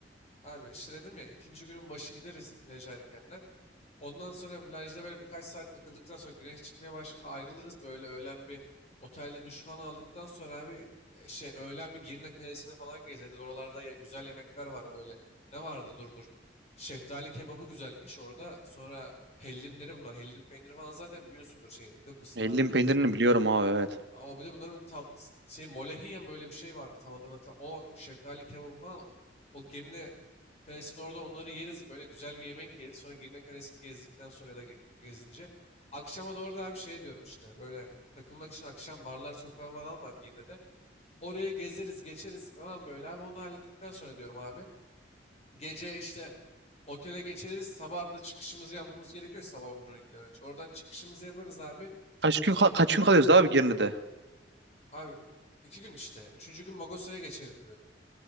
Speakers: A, on the left; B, on the right.
A: Abi işte dedim ya ikinci günün başı gideriz plaj erkenden. Ondan sonra plajda böyle birkaç saat takıldıktan sonra güneş çıkmaya başladığında ayrılırız. Böyle öğlen bir otelde duş falan aldıktan sonra abi e, şey öğlen bir Girne Kalesi'ne falan gezeriz. Oralarda ye- güzel yemekler var böyle. Ne vardı dur dur. Şeftali kebabı güzelmiş orada. Sonra hellimleri bunlar. Hellim peyniri falan zaten biliyorsundur şeyin Kıbrıs'ın
B: Eldim
A: abi.
B: peynirini biliyorum abi evet.
A: Ama bir de bunların bir tat, şey molehiye mi öyle bir şey vardı tam adını hatırlamıyorum. O şeftali kebabı falan o Girne Kalesi'nin orada onları yeriz. Böyle güzel bir yemek yeriz. Sonra Girne Kalesi'ni gezdikten sonra ya da ge- gezince. Akşama doğru da bir şey diyorum işte. Böyle takılmak için akşam barlar sokağı falan var Girne'de. Oraya gezeriz geçeriz falan böyle abi. Onu da hallettikten sonra diyorum abi. Gece işte otele geçeriz. Sabah da çıkışımızı yapmamız gerekiyor sabah 11-12'den önce. Oradan çıkışımızı yaparız abi.
B: Kaç gün
A: ama
B: ka- kaç gün kalıyoruz abi Girne'de?
A: Abi iki gün işte. Üçüncü gün Magosa'ya geçelim diyorum.